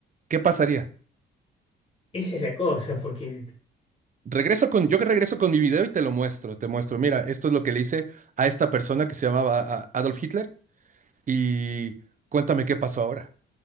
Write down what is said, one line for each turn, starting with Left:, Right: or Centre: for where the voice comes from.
Right: qué pasaría?
Left: Esa es la cosa, porque
Right: Regreso con, yo que regreso con mi video y te lo muestro, te muestro. Mira, esto es lo que le hice a esta persona que se llamaba a- Adolf Hitler y cuéntame qué pasó ahora.